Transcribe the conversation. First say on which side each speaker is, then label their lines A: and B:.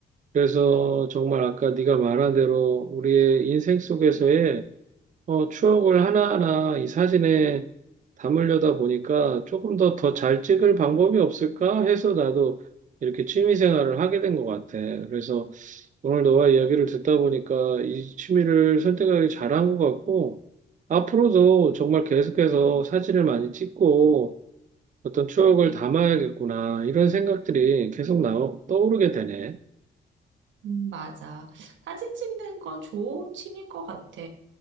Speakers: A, on the right; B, on the right.
A: 그래서 정말 아까 네가 말한 대로 우리의 인생 속에서의 어, 추억을 하나하나 이 사진에 담으려다 보니까 조금 더 더 잘 찍을 방법이 없을까 해서 나도 이렇게 취미 생활을 하게 된 것 같아. 그래서 오늘 너와 이야기를 듣다 보니까 이 취미를 선택하기 잘한 것 같고, 앞으로도 정말 계속해서 사진을 많이 찍고 어떤 추억을 담아야겠구나, 이런 생각들이 계속 나, 떠오르게 되네.
B: 음, 맞아. 사진 찍는 건 좋은 취미인 것 같아.